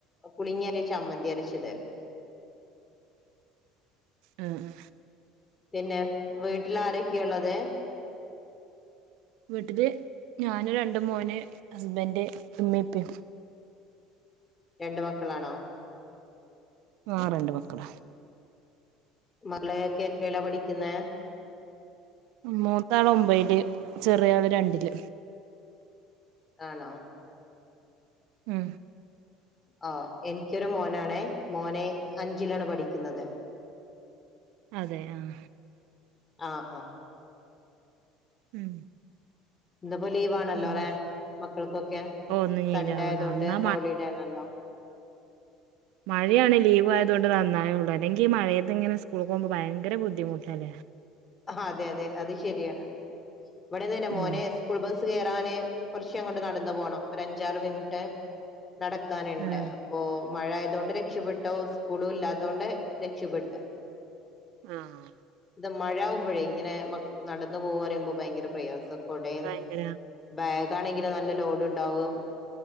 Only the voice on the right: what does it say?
മ് മ്
വീട്ടില് ഞാനും രണ്ട് മോന് ഹസ്ബൻഡറ് ഉമ്മിമ് ഇപ്പിം
ആ രണ്ട് മക്കള
മൂത്താള് ഒമ്പല് ചെറിയ ആള് രണ്ടില്
മ്
അതെ ആഹ
ഉം
പിന്നെ
ഓ ഒന്ന് നീരാവണം
എന്നാ
മഴയാണെങ്ക ലീവ് ആയത് കൊണ്ട് നന്നായേള്ളു അല്ലെങ്ക ഈ മഴയത്ത് ഇങ്ങനെ സ്കൂളിൽ പോകുമ്പോ ഭയങ്കര ബുദ്ധിമുട്ടല്ലേ
ഉം
ഉം
ആഹ
ഭയങ്കര